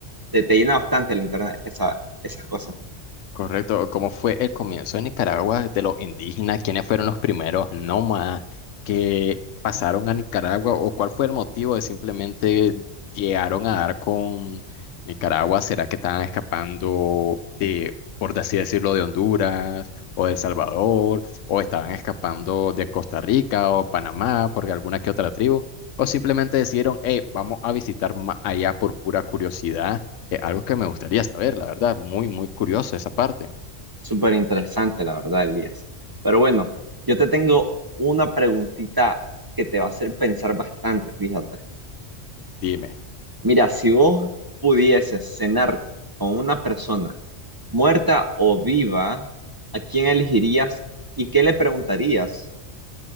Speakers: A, on the right (about 25°); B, on the left (about 85°).
A: te, te llena bastante el internet, esa, esas cosas.
B: Correcto, ¿cómo fue el comienzo de Nicaragua de los indígenas? ¿Quiénes fueron los primeros nómadas que pasaron a Nicaragua? ¿O cuál fue el motivo de simplemente llegaron a dar con Nicaragua? ¿Será que estaban escapando de, por así decirlo, de Honduras o de El Salvador? ¿O estaban escapando de Costa Rica o Panamá porque alguna que otra tribu? ¿O simplemente decidieron, hey, vamos a visitar más allá por pura curiosidad? Es algo que me gustaría saber, la verdad, muy, muy curioso esa parte.
A: Súper interesante, la verdad, Elías. Pero bueno, yo te tengo una preguntita que te va a hacer pensar bastante, fíjate.
B: Dime,
A: Mira, si vos pudieses cenar con una persona muerta o viva, ¿a quién elegirías y qué le preguntarías?